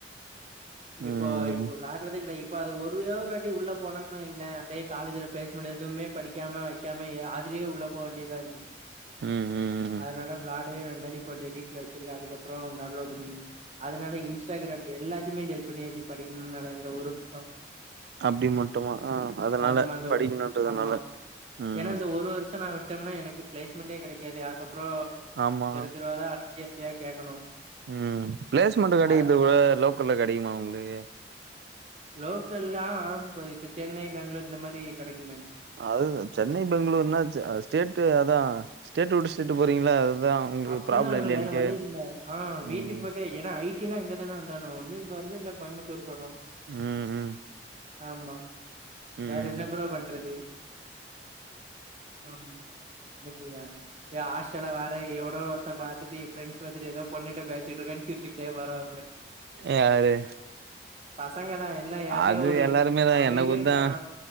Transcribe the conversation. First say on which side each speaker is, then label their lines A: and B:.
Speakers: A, on the right; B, on the right.
A: இப்போ
B: ம்
A: இப்போ விளாட்றதே கிடையா இப்போ அது ஒ ரே ஒரு வாட்டி உள்ள போனோங்குனு வைங்ளே அப்டே காலேஜுல ப்ளேஸ்மெண்ட் எதுவுமே படிக்காம வெய்க்காம எ அதுலியே உள்ள போ வேண்டியதா இருக்கு
B: ம் ம் ம்
A: அதனால விளாடவே வேண்டான்னு இப்ப டெ வீட்ல வெச்சிருக்க அதுக்கப்புறோ டவுன்லோட் பண்ணி அதனால இன்ஸ்டாகிராம் எல்லாத்தியுமே டெலிட் பண்ணியாச்சு படிக்கணுன்னால இந்த ஒரு வருஷோ
B: அப்டி மட்டுமா ஆ அதனால
A: ஆமா இந்த
B: படிக்கணுன்றதுனால
A: ஆமா
B: ம்
A: ஏனா இந்த ஒரு வருஷோ நா வி ட்டம்னா எனக்கு ப்ளேஸ்மெண்ட்டே கெடைக்காது அதுக்கப்புறோ
B: ஆமா
A: தெரு தெருவாதா அலஞ்சி என்னத்தயாவ் கேக்கணு
B: ம் ப்ளேஸ்மெண்ட்டு கெடைக்குத்துவுட
A: அது
B: லோக்கல்ல கெடைக்குமா உங்ளுக்கு
A: லோக்கல்லா ஆ ப்ரோ இப்ப சென்னை பேங்ளூர் இந்த மாரி கெடைக்குமே
B: அதுதா சென்னை பெங்களூர்னா செ அ ஸ்டேட்டு அதா ஸ்டேட்டு உட்டு ஸ்டேட்டு போறீங்கள அதுதா உங்களுக்கு
A: அப்படிதா
B: ப்ராப்ளம்
A: ஆனு
B: இல்லையானு
A: வேற
B: கே
A: வழி இல்ல ஆ வீட்டுக்
B: ம்
A: பக்க ஏனா ஐ னா இங்கத்தான வந்தானு ஒன்னு இங்க வர்னு இல்ல கோயம்புத்தூர் போனு
B: ம் ம்
A: ஆமா
B: ம்
A: வேற என்ன ப்ரோ பண்றது ஆமா என்ன செய்ய எ ஆஷ்டல வேற எவ் னோ ஒருத்த பாத்துட்டு ஃப்ரெண்ஸ் பாத்துட்டு எதோ பொண்ணிட்ட பேசிட்ருக்கான் சிரிச்சிக்கிட்டே போரா ப்ரோ <unintelligible>
B: யாரு
A: பசங்கதா எல்லா யார்ட்டியா
B: அது
A: ஒரு
B: எல்லாருமே தா
A: அமைதியா
B: என்ன கூத்தா
A: ஆ